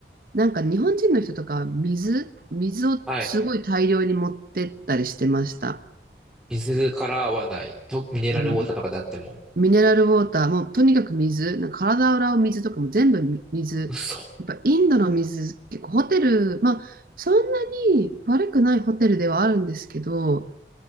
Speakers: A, on the right (about 55°); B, in the centre.
A: なんか日本人の人とかは水、水をすごい大量に持ってったりしてました。
B: はい。水から合わない。と、ミネラルウォーターとかであっても。
A: うんミネラルウォーター、もうとにかく水、なんか体を洗う水とかも全部み水。
B: 嘘。
A: やっぱインドの水、結構ホテル、まあそんなに悪くないホテルではあるんですけど、